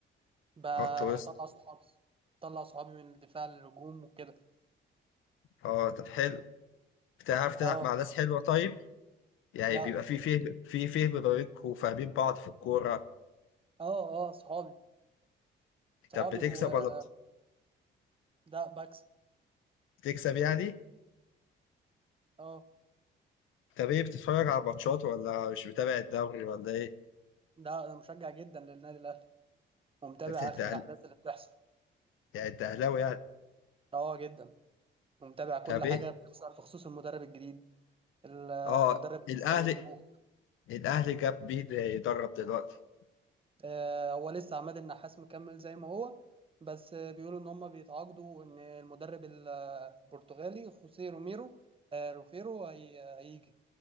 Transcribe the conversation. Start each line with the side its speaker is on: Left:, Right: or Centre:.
Right: بطلع
Left: خط وسط
Right: صحابي بطلع صحابي من الدفاع للهجوم وكده
Left: اه طب حلو بتعرف تلعب
Right: اه
Left: مع ناس حلوه طيب يعني
Right: لا
Left: بيبقى في فهم في فهم ما بينكم وفاهمين بعض في الكوره
Right: اه اه صحابي
Left: طب
Right: صحابي
Left: بتكسب
Right: و
Left: ولا
Right: ده بكسب
Left: بتكسب يعني
Right: اه
Left: طب ايه بتتفرج على ماتشات ولا مش متابع الدوري ولا ايه
Right: ده انا مشجع جدا للنادي الاهلي ومتابع
Left: انت بت- انت
Right: اخر
Left: أهل-
Right: الاحداث اللي بتحصل
Left: يعني انت اهلاوي يعني
Right: اه جدا ومتابع كل
Left: طب ايه
Right: حاجة بتحصل بخصوص المدرب الجديد ال-
Left: اه
Right: المدرب
Left: الاهلي
Right: اللي لسه بيجيبوه
Left: الاهلي جاب بيه يدرب دلوقتي
Right: آه، هو لسه عماد النحاس مكمل زي ما هو بس آه، بيقولوا ان هم بيتعاقدوا وان المدرب البرتغالي خوسيه روميرو آه، روفيرو هي- هيجي